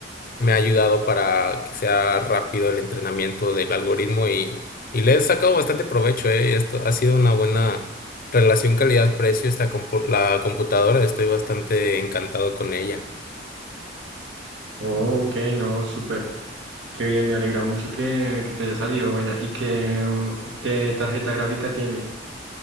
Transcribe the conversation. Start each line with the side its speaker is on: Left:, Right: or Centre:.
Left: me ha ayudado para que sea rápido el entrenamiento del algoritmo y, y le he sacado bastante provecho, ¿eh? Y Esto ha sido una buena relación calidad-precio esta compu- la computadora. Estoy bastante encantado con ella.
Right: Oh, ok, no, súper. Qué bien, me alegra mucho que, que te haya salido buena. ¿Y qué, uh, qué tarjeta gráfica tiene?